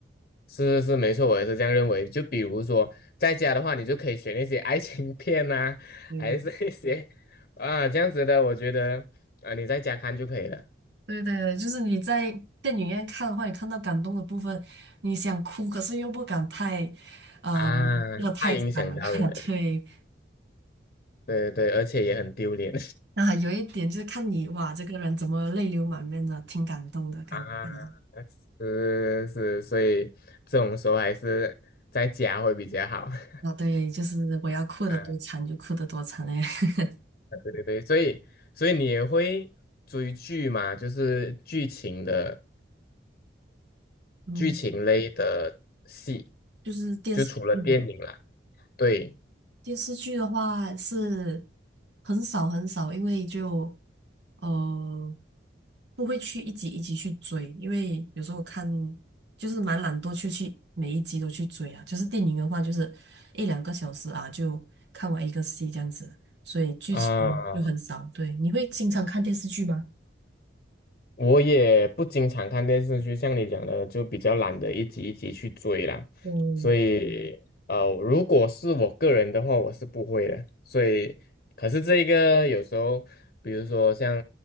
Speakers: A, on the left; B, on the right.
A: 是是是，没错，我也是这样认为。就比如说在家的话，你就可以选那些爱情片呐，
B: 嗯。
A: 还是那些啊这样子的，我觉得啊你在家看就可以了
B: 对对对，就是你在电影院看的话，你看到感动的部分，你想哭，可是又不敢太，呃，
A: 啊，
B: 哭的太惨了。
A: 太影响到人，
B: <laughs> 对，
A: 对对对，而且也很丢脸。
B: 那还有一点就是看你哇，这个人怎么泪流满面的，挺感动的感觉的
A: 啊，是是，所以这种时候还是在家会比较好 <laughs>
B: 啊，对，就是我要哭的多惨就哭的多惨嘞。
A: 啊。
B: <laughs>
A: 对对对，所以所以你也会追剧嘛？就是剧情的
B: 嗯，
A: 剧情类的戏，
B: 就是电视剧。
A: 就除了电影啦。对
B: 电视剧的话是很少很少，因为就呃不会去一集一集去追，因为有时候我看就是蛮懒惰去去每一集都去追啊。就是电影的话，就是一两个小时啊就看完一个戏这样子，所以剧情就很少。
A: 啊，
B: 对，你会经常看电视剧吗？
A: 我也不经常看电视剧，像你讲的，就比较懒得一集一集去追啦。
B: 嗯
A: 所嗯以，呃，如果是我个人的话，我是不会的。所以，可是这一个有时候，比如说像